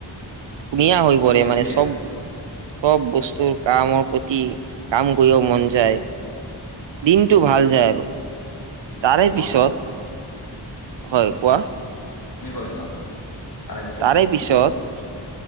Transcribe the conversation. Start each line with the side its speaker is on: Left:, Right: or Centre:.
Right: ধুনীয়া হৈ
Left: ওফন্দি
Right: পৰে
Left: উঠে
Right: মানে চব চব বস্তুৰ কামৰ প্ৰতি কাম কৰিব মন যায়। দিন দিনটো ভাল যায় আৰু তাৰে
Left: মই
Right: পিছত,
Left: মানে
Right: হয় কোৱা
Left: তুমি কৈ লোৱা, পিছত
Right: তাৰে
Left: কি
Right: পিছত